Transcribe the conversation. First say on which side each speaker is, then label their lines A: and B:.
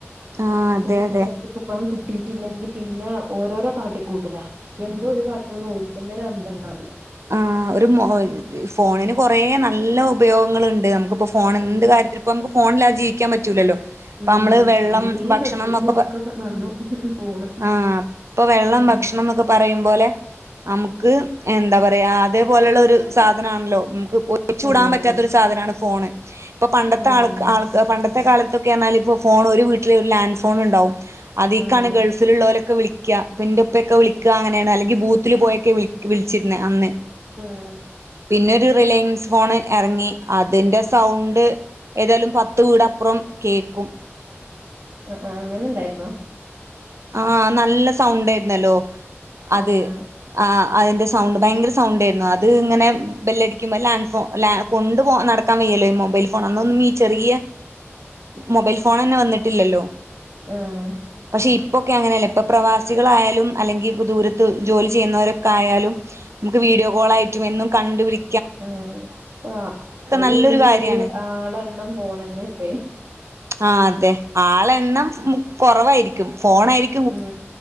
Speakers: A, on the right; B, on the right.
A: ആ അതെ
B: ഒരു ഹിച
A: അതെ
B: ഇപ്പൊ കിട്ടീട്ടില്ലെങ്കിൽ പിന്നെ ഓരോരോ കാട്ടിക്കൂട്ടല എന്തോ ഒരു കാട്ടലന്ന് ഒര പിന്നെ ഒരു അന്തം ഇണ്ടാവൂല്ല.
A: ആ ഒരു മ ഫോണിന് കൊറെ നല്ല ഉപയോഗങ്ങളുണ്ട് നമുക്കിപ്പോ ഫോ ഫോൺ എന്ത്
B: ഉം
A: കാര്യത്തിൽ ഇപ്പോ നമുക്ക് ഫോണില്ലാതെ ജീവിക്കാൻ പറ്റൂല്ലല്ലോ അപ്പ
B: ഉം
A: നമ്മള്
B: ഉം
A: വെള്ളം
B: നല്ലീനും
A: ഭക്ഷണം
B: കെട്ടീനും
A: എന്നൊക്കെ
B: ഒക്കെ നന്നു പോണ്
A: ആ ഇപ്പൊ വെള്ളം
B: ഉം
A: ഭക്ഷണം എന്നൊക്കെ പറയും പോലെ നമുക്ക് എന്താ പറയാ അത് പോലുള്ള ഒരു
B: ഉം
A: സാധനാണല്ലോ നമുക്ക് ഒഴിച്ച്കുടാൻ
B: ഉം
A: പറ്റാത്ത ഒരു സാധനമാണ് ഫോണ്. ഇപ്പൊ പണ്ടത്തെ
B: ഉം
A: ആൾ ആൾ പണ്ടത്തെ കാലത്തൊക്കെ പറഞ്ഞാൽ ഇപ്പോ ഫോൺ ഒരു വീട്ടില് ഒരു ലാൻഡ് ഫോൺ ഇണ്ടാവും. അതിക്കാണ്
B: ഉം
A: ഗൾഫിൽ ഉള്ളോലൊക്കെ വിളിക്ക ഇപ്പ ഇന്റെ ഇപ്പയൊക്കെ വിളിക്ക അങ്ങനെയാണ് അല്ലെങ്കി ബൂത്തിൽ പോയൊക്കെ വി വിളിക്ക ച്ചിരുന്നെ അന്ന്
B: ആഹ്
A: പിന്നൊരു റിലയൻസ് ഫോണ് ഇറങ്ങി അതിൻ്റെ സൗണ്ട് ഏതായാലും പത്ത് വീടപ്പുറം കേക്കും.
B: ആ അങ്ങനെ ഇണ്ടായിരുന്നോ?
A: ആഹ് നല്ല സൗണ്ട് ആയിരുന്നല്ലോ അത്
B: ഉം
A: ആ അതിൻ്റെ സൗണ്ട് ഭയങ്കര സൗണ്ടായിരുന്നു. അത് ഇങ്ങനെ ബെല്ലടിക്കുമ്പോൾ ലാൻ ഫോ ല കൊണ്ട് പോ നട ക്കാൻ വയ്യല്ലോ, ഈ മൊബൈൽ ഫോൺ അന്നൊന്നും ഈ ചെറിയ മൊബൈൽ ഫോൺ തന്നെ വന്നിട്ടില്ലല്ലോ
B: ആഹ്
A: പക്ഷെ ഇപ്പൊക്കെ അങ്ങനെയല്ല, ഇപ്പൊ പ്രവാസികളായാലും അല്ലെങ്കിൽ ഇപ്പ ദൂരത്ത് ജോലി ചെയ്യുന്നവരൊക്കെ ആയാലും നമുക്ക് വീഡിയോ കോൾ ആയിട്ടും എന്നും കണ്ടു വിളി
B: ഉം ആ ഒരു
A: നല്ലൊരു
B: വീട്ടില്
A: കാര്യാണ്
B: ആളെണ്ണം പോണന്നെ ഇപ്പയി
A: ആ അതെ ആളെണ്ണം കുറവായിരിക്കും ഫോണ ആയിരിക്കും
B: ഉം